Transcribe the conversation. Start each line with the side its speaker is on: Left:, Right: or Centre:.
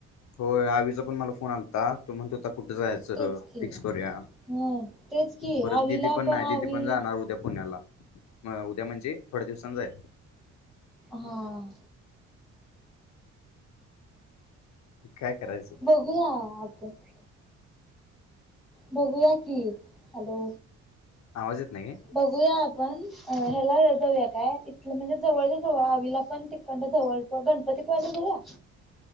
Left: होय आवीचा पण मला फोन आलता तो म्हणतं हुता कुठं जायाच? तर
Centre: तेच की
Left: फिक्स करूया
Centre: हम्म तेच की
Left: परत
Centre: आवीला
Left: दिदी पण नाय
Centre: आवी
Left: दिदी पण जाणार उद्या पुण्याला म उद्या म्हणजे थोड्या दिवसांन जाईल
Centre: हां
Left: काय करायचं?
Centre: <unintelligible> बगूया की हॅलो
Left: आवाज येत नाही काय?
Centre: बघूया आपण अ ह्याला जाऊया काय इथलं म्हणजे जवळच्या जवळ आवीला पण तिकडंन जवळच गणपतीपुळ्याला जाऊया?